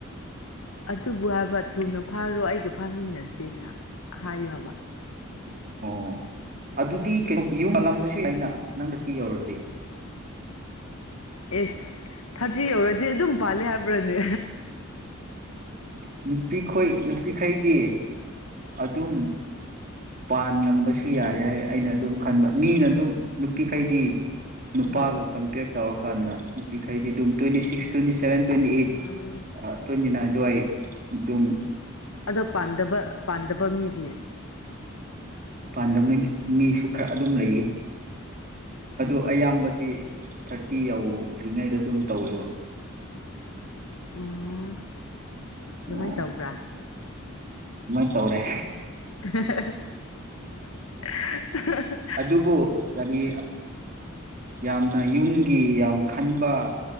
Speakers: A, on the left; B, on the right.
A: ꯑꯗꯨꯕꯨ ꯍꯥꯏꯕ ꯊꯨꯅ ꯐꯥꯔꯣ ꯑꯩꯒ ꯐꯥꯃꯤꯟꯅꯁꯦꯅ ꯍꯥꯏꯌꯨ ꯍꯥꯏꯕ
B: ꯑꯣ ꯑꯗꯨꯗꯤ ꯀꯩꯅꯣ ꯌꯨꯝ ꯄꯜꯂꯝꯕꯁꯤ ꯑꯩꯅ ꯅꯪꯗꯀꯤ ꯌꯧꯔꯗꯤꯦ
A: ꯑꯦꯁ ꯊꯥꯔꯇꯤ ꯌꯧꯔꯗꯤ ꯑꯗꯨꯝ ꯄꯥꯜꯂꯦ ꯍꯥꯏꯕ꯭ꯔꯥꯅꯦ
B: ꯎꯝ ꯅꯨꯄꯤꯈꯣꯏ ꯅꯨꯄꯤꯈꯩꯗꯤ ꯑꯗꯨꯝ ꯄꯥꯟꯂꯝꯕꯁꯨ ꯌꯥꯔꯦ ꯍꯥꯏ ꯑꯩꯅ ꯑꯗꯨꯝ ꯈꯟꯕ ꯃꯤꯅ ꯑꯗꯨꯝ ꯅꯨꯄꯤꯈꯩꯗꯤ ꯅꯨꯄꯥꯒ
A: ꯎꯝ
B: ꯀꯝꯄꯦꯌꯔ ꯇꯧꯔꯛ ꯀꯥꯟꯗ ꯅꯨꯄꯤꯈꯩꯗꯤ ꯑꯗꯨꯝ twenty six twenty seven twenty eight
A: ꯑꯥ
B: ꯑ ꯇ꯭ꯤꯟ ꯁꯏ ꯕ꯭ꯂꯨꯝ
A: ꯑꯗꯣ ꯄꯗꯕ ꯄꯥꯟꯗꯕ ꯃꯤ ꯑꯗꯨꯦ
B: ꯄꯥꯟꯗꯕ ꯃꯤꯁꯨ ꯈꯔ ꯑꯗꯨꯝ ꯂꯩꯌꯦ ꯑꯗꯨ
A: ꯎꯝ
B: ꯑꯌꯥꯝꯕꯗꯤ ꯊꯥꯔꯇꯤ ꯌꯧꯗ꯭ꯔꯤꯉꯩꯗ ꯑꯗꯨꯝ ꯇꯧꯋꯦꯕ
A: ꯑꯣ ꯑꯗꯨꯃꯥꯏꯅ
B: ꯑꯣ
A: ꯇꯧꯕ꯭ꯔꯥ
B: ꯁꯧꯔꯦ
A: <inaudible>
B: ꯑꯗꯨꯕꯨ ꯀꯔꯤ ꯌꯥꯝꯅ ꯌꯨꯝꯒꯤ ꯌꯥꯝ ꯈꯟꯕ